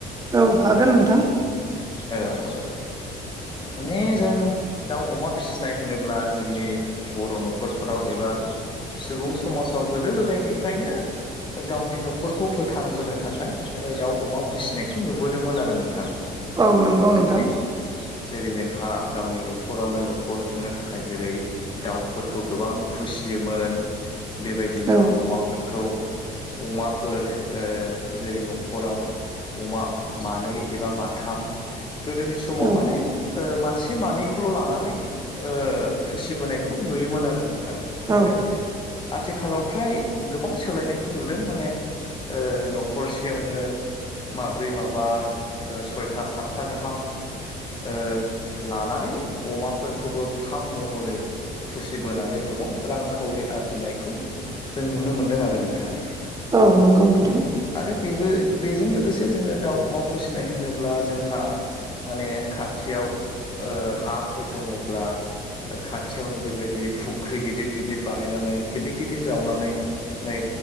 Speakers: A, on the right (about 20°); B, on the left (about 30°).
A: औ हागोन नोंथां।
B: औ औ। माने जों दाउ अमा फिसिनाय होनोब्ला जोंनि बर' न'खरफोराव एबा सुबुं समाजाव गोदो गोदायनिफ्रायनो गावनि न'खरखौ फोथांबोनो थाखाय ओ दाउ अमा फिसिनायखौ नुबोदोंमोन आरो नोंथां।
A: औ नंगौ
B: जेरै
A: नोंथां।
B: जेरै जोंहा गावनि न'खरावनो न'खर खुंनो थाखाय जेरै दाउफोरखौ गोबां फुसि‌ सियोमोन बेबायदिनो
A: औ
B: अमाफोरखौ, अमाफोर ओ जेरै न'खराव अमा मानै एबा माथाम गोदोनि समाव
A: औ
B: माने ओ मा से मानैखौल' लानानै ओ फुसिबोनायखौ नुयोमोन आरो नों थां नाथाय
A: औ
B: आथिखालाव फ्राय गोबां सोलायनायखौ नुदों माने ओ न'खरसेयावनो माब्रै माबा ओ सय था गाहाम ओ लानानै अमाफोरखौबो फाम महरै फुसिबोनानै गोबां रांखावरि आरजिनायखौ जों नुनो मोनदों आरो नोंथां
A: औ नंगौ नोंथां।
B: आरो आरो बेबो बेजों लोगोसे जोङो दाउ अमा फिसिनाय होनोब्ला जोंहा माने खाथियाव ओ हाफोर दङ'ब्ला खाथियावनो बेबायदि फुख्रि गिदिर गिदिर बानायनानै गिदिर गिदिर जावनानै नै